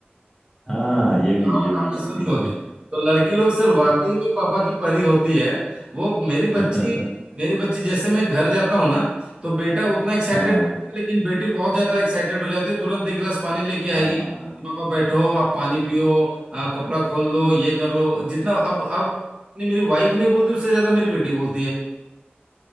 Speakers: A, in the centre; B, on the right (about 25°).
A: हाँ ये भी
B: कहावत
A: ये भी
B: आपने
A: ये
B: सुनी
A: भी
B: होगी तो लड़की लोग सिर्फ वाकई में पापा की परी होती है वो मेरी
A: <laughs>
B: बच्ची मेरी बच्ची जैसे मैं घर जाता हूँ ना तो बेटा उतना एक्साइटेड
A: हाँ
B: लेकिन बेटी बहुत ज्यादा एक्साइटेड हो जाती है तुरंत एक गिलास पानी लेके आएगी
A: हाँ
B: कि पापा बैठो आप पानी पियो आ, कपड़ा खोल लो ये कर लो वो- जितना अब अब नहीं मेरी वाइफ नहीं बोलती उससे ज्यादा मेरी बेटी बोलती है